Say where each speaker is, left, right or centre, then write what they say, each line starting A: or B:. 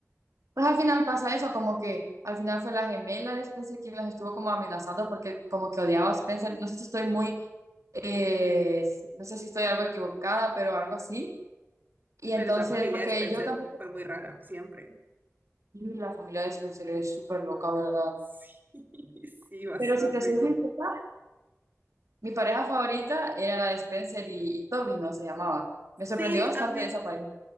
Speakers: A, on the right; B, on the right.
A: Pues al final pasa eso, como que al final fue la gemela de Spencer quien las estuvo como amenazando porque como que odiaba a Spencer. No sé si estoy muy, eh, no sé si estoy algo equivocada, pero algo así. Y
B: pero
A: entonces,
B: esa familia
A: porque
B: de Spencer
A: yo tampoco,
B: fue muy rara, siempre.
A: y la familia de Spencer es súper loca, ¿verdad?
B: Sí, <laughs> sí, bastante.
A: Pero si te soy
B: icó-
A: sincera, mi pareja favorita era la de Spencer y, y Toby, ¿no? Se llamaba. Me sorprendió
B: Sí,
A: bastante
B: a mí.
A: esa pareja.